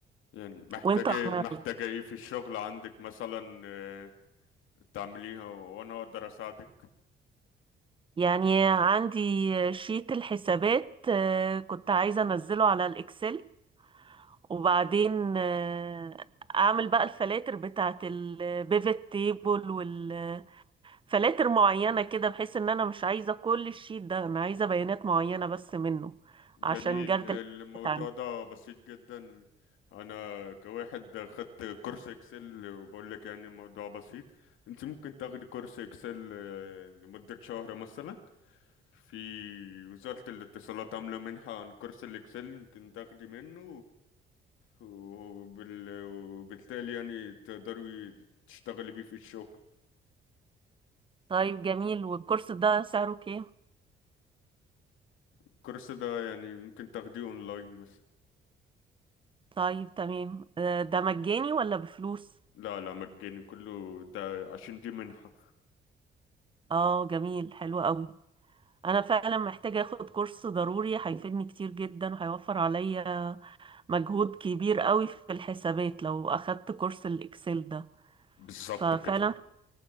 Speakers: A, on the left; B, on the right.
A: يعني محتاجه
B: وانت آه،
A: محتاجه ايه في الشغل عندك مثلا آه، تعمليها وانا اقدر اساعدك
B: يعني عندي شيت الحسابات آه، كنت عايزة أنزله على الإكسل وبعدين آه، أعمل بقى الفلاتر بتاعت البيفت تيبل فلاتر معينة كده بحيث ان انا مش عايزة كل الشيت ده انا عايزة بيانات معينة بس منه
A: جميل
B: عشان جرد
A: الموضوع
B: الحسابات عندي
A: ده بسيط جدا انا كواحد خدت كورس اكسل وبقول لك يعني الموضوع بسيط انت ممكن تاخدي كورس اكسل آه، لمده شهر مثلا في وزارة الاتصالات عاملة منحة عن كورس الإكسل ممكن تاخدي منه وبال... وبالتالي يعني تقدري تشتغلي بيه في الشغل
B: طيب جميل والكورس ده سعره كام
A: الكورس ده يعني ممكن تاخديه اونلاين مثلا
B: طيب تمام آه، ده مجاني ولا بفلوس
A: لا لا مجاني كله ده عشان دي منحة
B: اه جميل حلو قوي انا فعلا محتاجة اخد كورس ضروري هيفيدني كتير جدا وهيوفر عليا مجهود كبير قوي في الحسابات لو اخدت كورس الاكسل ده
A: بالظبط
B: ففعلا
A: كده